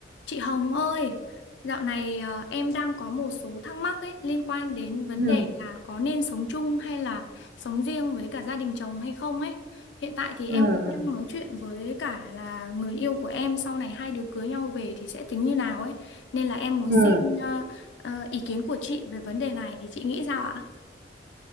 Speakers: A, on the left; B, on the right.
A: Chị Hồng ơi, dạo này ờ, em đang có một số thắc mắc ấy liên quan đến vấn
B: Ừ,
A: đề là có nên sống chung hay là sống riêng với cả gia đình chồng hay không ấy. Hiện tại thì
B: ừ,
A: em cũng
B: ừ,
A: đang nói chuyện với cả là người yêu của em sau này hai đứa cưới nhau về thì sẽ tính như nào ấy. Nên là em muốn
B: ừm.
A: xin ờ, ờ, ý kiến của chị về vấn đề này thì chị nghĩ sao ạ?